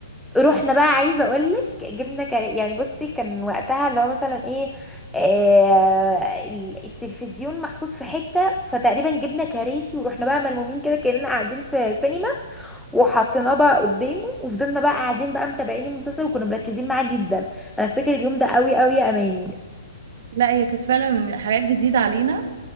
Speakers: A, in the centre; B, on the right.
A: رحنا بقى عايزه اقولك جبنا كر... يعني بصي كان وقتها اللي هو مثلا ايه آه ال- التلفزيون محطوط في حته فتقريبا جبنا كراسي ورحنا بقى ملمومين كده كاننا قاعدين في سينما وحطيناه بقى قدامه وفضلنا بقى قاعدين بقى متابعين المسلسل وكنا مركزين معاه جدا انا افتكر اليوم ده قوي قوي يا اماني
B: لا هي كانت فعلا حاجات جديدة علينا